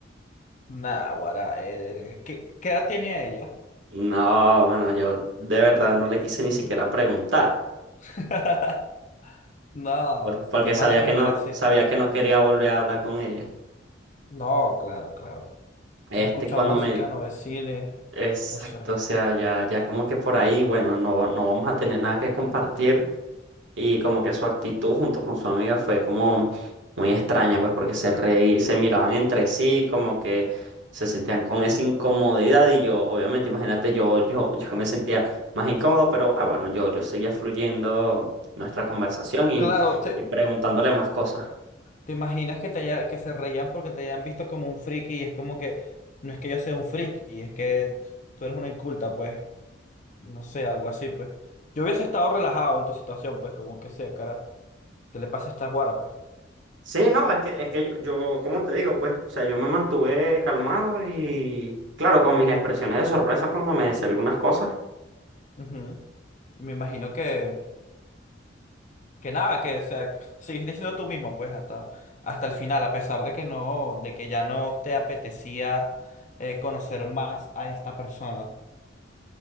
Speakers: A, on the left (about 40°); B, on the right (about 75°).
A: Nah, guará, eh, ¿qué, qué edad tenía ella?
B: No, bueno, yo de verdad no le quise ni siquiera preguntar,
A: <laughs> No,
B: porque, porque
A: qué mala
B: sabía
A: primera
B: que no,
A: cita.
B: sabía que no quería volver a hablar con ella.
A: No, claro, claro.
B: Este,
A: No escucha
B: cuando
A: música,
B: me... di-
A: no ve cine,
B: Exacto,
A: no sé.
B: o sea, ya, ya como que por ahí, bueno, no, va- no vamos a tener nada que compartir. Y como que su actitud junto con su amiga fue como muy extraña, pues porque se reí, se miraban entre sí, como que se sentían con esa incomodidad y yo, obviamente, imagínate, yo, yo, <laughs> yo me sentía más incómodo, pero ah, bueno, yo, yo seguía fluyendo nuestra conversación y,
A: Claro, te,
B: y preguntándole más cosas.
A: te imaginas que te haya- que se reían porque te hayan visto como un friki y es como que no es que yo sea un friki, es que tú eres una inculta, pues, no sé, algo así, pues. Yo hubiese estado relajado en tu situación, pues, como que sea, cara, ¿qué le pasa a esta guara, pues?
B: Sí, no, es que, es que yo, yo, ¿cómo te digo? Pues, o sea, yo me mantuve calmado y, claro, con mis expresiones de sorpresa cuando me decía algunas cosas.
A: Ujú. Y me imagino que que nada, que o sea, seguiste siendo tú mismo, pues, hasta, hasta el final, a pesar de que no, de que ya no te apetecía eh, conocer más a esta persona.